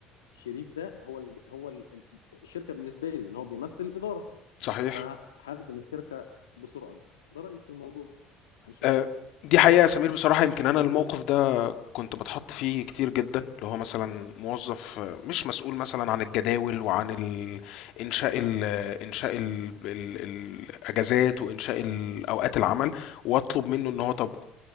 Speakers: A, on the left; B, on the left.
A: شريف ده هو اللي هو ال- ال- الشركه بالنسبه لي لان هو بيمثل الاداره
B: صحيح
A: فانا هخدم الشركه بسرعه أكبر. ده رايي في الموضوع مش شايف
B: آه، دي حقيقة يا سمير بصراحة يمكن أنا الموقف ده كنت باتحط فيه كتير جدا اللي هو مثلا موظف مش مسؤول مثلا عن الجداول وعن ال- انشاء ال انشاء ال ال الاجازات وانشاء ال- اوقات العمل واطلب منه ان هو طب